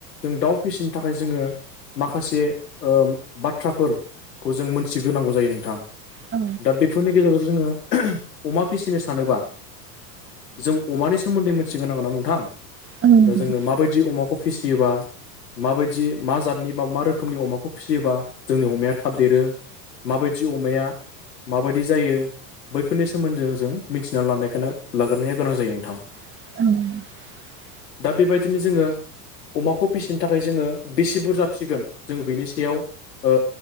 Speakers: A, on the left; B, on the right.
A: जों दाउ फिसिनो थाखाय जोङो माखासे ओ बाथ्राफोर खौ जों मोनथिग्रोनांगौ जायो नोंथां
B: औ
A: दा बेफोरनि गेजेरजों जोङो <unintelligible> अमा फिसिनो सानोबा जों अमानि सोमोन्दै सिगोन नांगौ ना नोंथां
B: औ नोंथां
A: दा जोङो माबायदि अमाखौ फिसियोबा माबायदि मा जादनि बा मा रोखोमनि अमाखौ फिसियोबा जोंनि अमाया थाब देरो माबायदि अमाया माबायदि जायो बैफोरनि सोमोन्दो जों मिथिना लानायखोनो लाग्रोनाया गोनां जायो नोंथां
B: <unintelligible>
A: दा बेबायदिनो जोङो अमाखौ फिसिनो थाखाय जोङो बेसे बुरजा फिसिगोन जोङो बिनि सायाव ओ